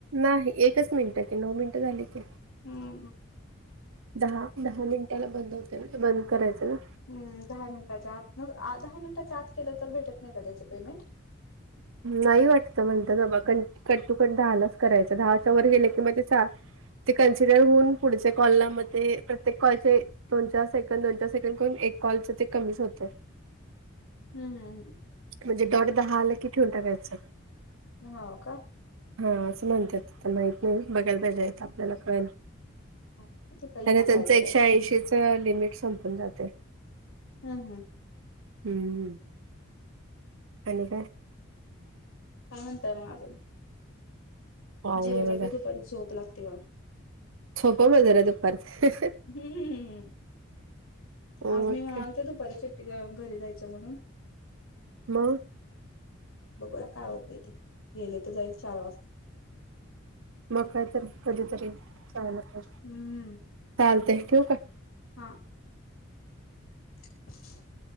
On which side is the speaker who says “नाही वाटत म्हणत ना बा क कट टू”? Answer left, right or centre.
Right